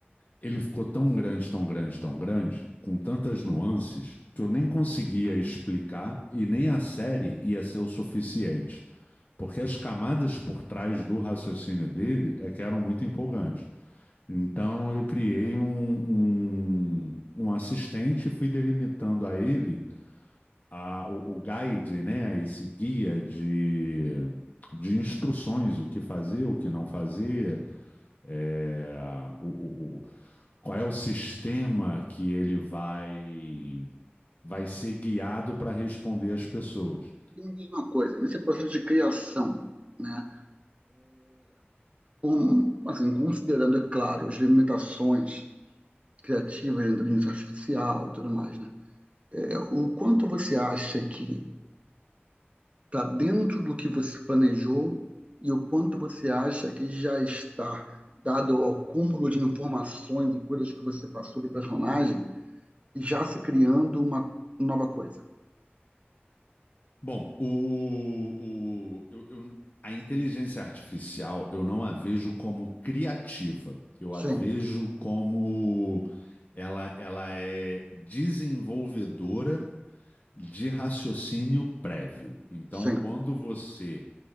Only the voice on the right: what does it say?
E me diz uma coisa, nesse processo de criação, né? um- assim, considerando, é claro, as limitações criativas da inteligência artificial e tudo mais, né? É, o quanto você acha que está dentro do que você planejou e o quanto você acha que já está, dado ao acúmulo de informações e coisas que você passou para o personagem, já se criando uma nova coisa?
Sim,
sim.